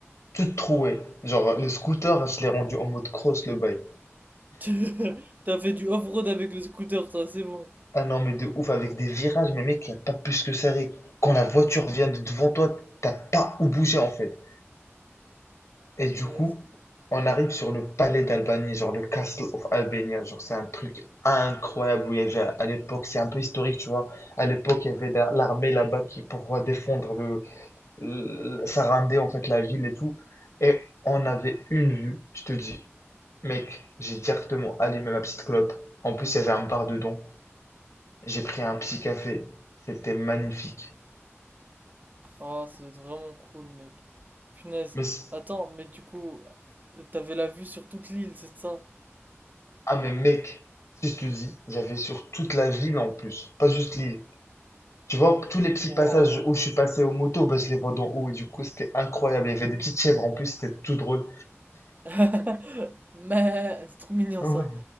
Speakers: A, on the left (about 80°); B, on the right (about 35°).
A: toutes trouées. Genre, le scooter, je l'ai rendu en mode cross, le bail.
B: <laughs> T'as fait du off-road avec le scooter, toi, c'est bon.
A: Ah non, mais de ouf, avec des virages, mais mec, il n'y a pas plus que serré. Quand la voiture vient de devant toi, t'as pas où bouger en fait. Et
B: Punaise.
A: du coup, on arrive sur le palais d'Albanie, genre le Castle of Albania. Genre, c'est un truc incroyable où il y avait à l'époque, c'est un peu historique, tu vois. À l'époque, il y avait la- l'armée là-bas qui pour défendre le, le- ça rendait en fait la ville et tout. Et on avait une vue, je te dis, mec, j'ai directement allumé ma petite clope. En plus, il y avait un bar dedans. J'ai pris un petit café. C'était magnifique.
B: Oh, ça doit être vraiment cool, mec. Punaise.
A: Mais, c-
B: Attends, mais du coup, t'avais la vue sur toute l'île, c'est ça?
A: ah, mais mec, si je te dis, j'avais sur toute la ville en plus, pas juste l'île. Tu vois, tous les petits
B: Wow.
A: passages où je suis passé aux motos, bah, je les vois d'en haut et du coup, c'était incroyable. Il y avait des petites chèvres en plus, c'était tout drôle.
B: <laughs> Mais, c'est trop mignon
A: Ah
B: ça.
A: Ouais,